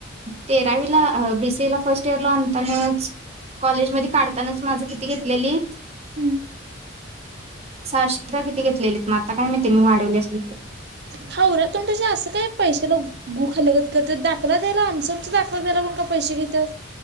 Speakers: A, on the right; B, on the right.
A: तेरावीला बीसी ला फर्स्ट आणताना कॉलेज म काढतानाच माझ किती घेतलेली
B: हम्
A: सारशेधार किती घेतलेलीत मग आता काय माहिती मी वाढवली असली तर
B: हावरा तोंडच्या असं काय पैशाला गुखलगत करत दाखला द्यायला आमच दाखला ला पण का पैसे घेतात